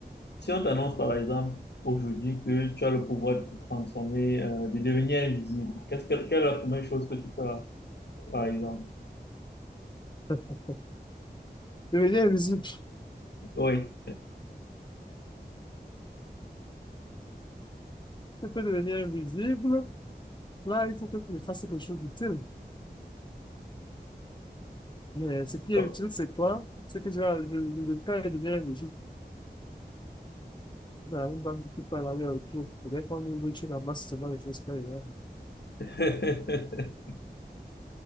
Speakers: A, on the left; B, on the left.
A: si on t'annonce par exemple aujourd'hui que tu as le pouvoir de te transformer, euh, de devenir invisible, qu'est-ce que, quelle est la première chose que tu feras, par exemple?
B: <laughs> Devenir invisible. <laughs>
A: Oui.
B: Tu peux devenir invisible. Là, il faut que tu fasses quelque chose d'utile. Mais ce qui
A: comme-
B: est utile, c'est quoi? C'est que genre, je, le cas de bien je dans une banque qui parle avec le cours. Peut-être qu'on ouvre une ambasse dans les choses qu'il y a.
A: <laughs>